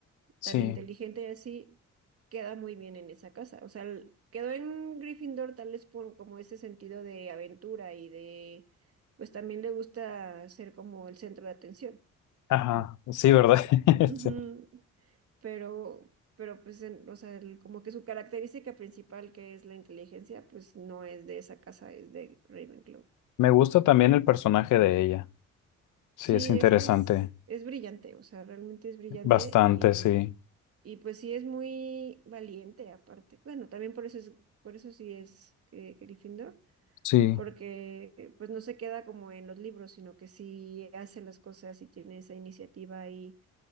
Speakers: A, on the left; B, on the right.
A: Sí.
B: tan inteligente y así queda muy bien en esa casa. O sea, el- quedó en Gryffindor tal vez por como ese sentido de aventura y de, pues también le gusta ser como el centro de atención.
A: Ajá, sí, ¿verdad? <laughs>
B: Ujú,
A: Sí.
B: pero, pero pues, en- o sea, el- como que su característica principal, que es la inteligencia, pues no es de esa casa, es de Ravenclaw.
A: Me gusta también el personaje de ella. Sí,
B: Sí,
A: es interesante.
B: es que es, es brillante, o sea, realmente es brillante
A: Bastante,
B: y,
A: sí.
B: y pues sí es muy valiente aparte. Bueno, también por eso es, por eso sí es eh, Gryffindor,
A: Sí,
B: porque eh, pues no se queda como en los libros, sino que sí hace las cosas y tiene esa iniciativa y